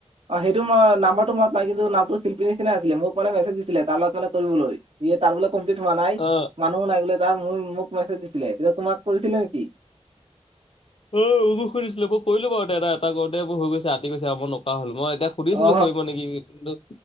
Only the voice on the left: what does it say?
অ
অ মোকো শুধছিলো মই কৰিলো বাৰু এ এটা কৰতে বোৰ হৈ গৈ আতি গৈছে আৰু মই নকয়া হ'লো মই এতিয়া সুধিছিলো
কৰিব নেকি কিন্তু